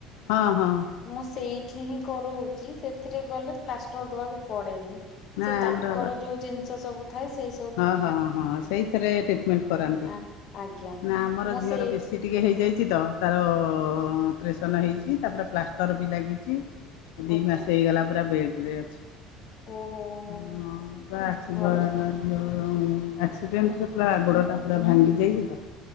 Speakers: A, on the left (about 80°); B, on the left (about 40°).
A: ହଁ ହଁ।
B: ମୁଁ ସେଇଠି ହିଁ କରୋଉଛି ସେଥିରେ ଗଲେ ପ୍ଲାଷ୍ଟର ଦବାକୁ ପଡେନି।
A: ନା
B: ସେ ତାଙ୍କର
A: ଆମର
B: ଯୋଉ ଜିନିଷ ସବୁ ଥାଏ ସେ
A: ହଁ- ହଁ- ହଁ ସେଇଥିରେ ଟ୍ରିଟମେଣ୍ଟ୍ କରାନ୍ତି
B: ଆ ଆଜ୍ଞା
A: ନା ଆମର
B: ମୁଁ
A: ଝିଅର
B: ସେଇ
A: ବେଶୀ। ଟିକେ ହେଇଯାଇଛି ତ ତାର ଅପରେସନ୍ ହେଇଛି ତାପରେ ପ୍ଲାଷ୍ଟର ବି ଲାଗିଛି। ଦି
B: ଆଜ୍ଞା
A: ମାସେ ହେଇଗଲା ପୁରା ବେଡ୍ ରେ ଅଛି।
B: ଓହୋ ହୋ
A: ହଁ ପା ଆସିବ।
B: ଭଲ
A: ଆକ୍ସିଡେଣ୍ଟ୍ ରେ ପୁରା ଆ ଗୋଡଟା ପୁରା ଭାଙ୍ଗି ଯାଇଥିଲା?